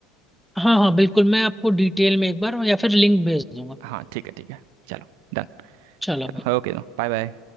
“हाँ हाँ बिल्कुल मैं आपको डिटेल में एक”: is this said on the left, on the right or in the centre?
Centre